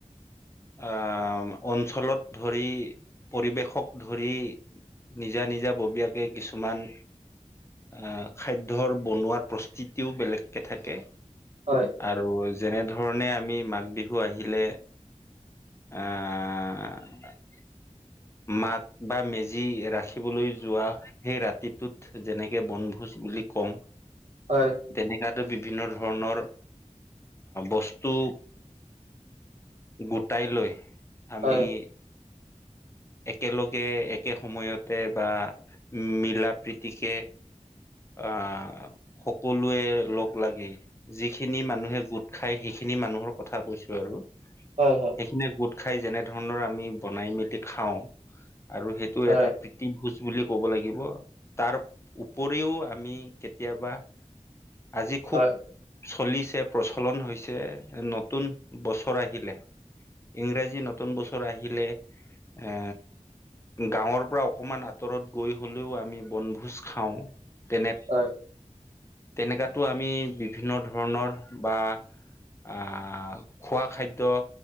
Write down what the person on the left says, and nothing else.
আহ অঞ্চলত ধৰি পৰিৱেশক ধৰি নিজা -নিজা ববীয়াকে কিছুমান আহ খাদ্যৰ বনোৱাৰ প্ৰস্তুতিও বেলেগকে থাকে।
আৰু যেনে ধৰণে আমি মাঘ বিহু আহিলে আহ
মাক বা মেজি ৰাখিবলৈ যোৱা সেই ৰাতিটোত যেনেকে বনভোজ বুলি কওঁ
তেনেকাটো বি বিভিন্ন ধৰণৰ বস্তু গোটাই লৈ আমি
একেলগে একে সময়তে বা মিলা প্ৰীতিকে আহ সকলোৱে লগ লাগি যিখিনি মানুহে গোট খাই শিক খিনি মানুহৰ কথা কৈছো আৰু সেইখিনিয়
গোট খাই যেনে ধৰণৰ আমি বনাই মেলি খাওঁ আৰু সেইটো
এটা প্ৰীতি ভোজ বুলি ক'ব লাগিব তাৰ উপৰিও আমি কেতিয়াবা আজি খুব
চলিছে প্ৰচলন হৈছে নতুন বছৰ আহিলে ইংৰাজী নতুন বছৰ আহিলে এ গাঁৱৰ পৰা অকমান আঁতৰত গৈ হ'লেও আমি বনভোজ খাওঁ। তেনে
তেনেকাতো আমি বিভিন্ন ধৰণৰ বা আহ খোৱা খাদ্য।